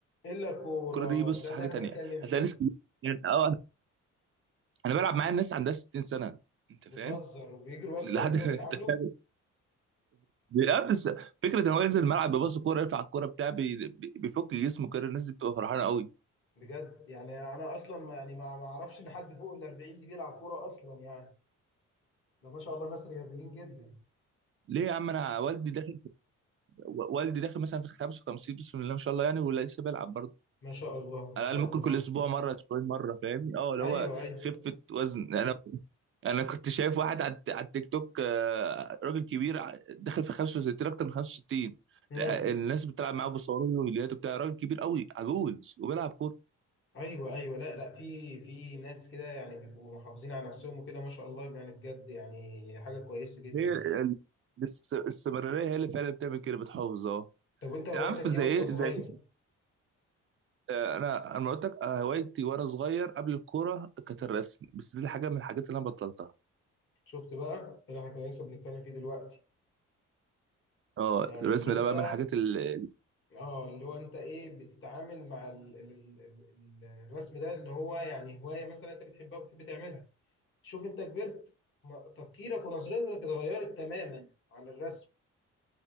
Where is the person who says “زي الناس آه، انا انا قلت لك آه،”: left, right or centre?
Right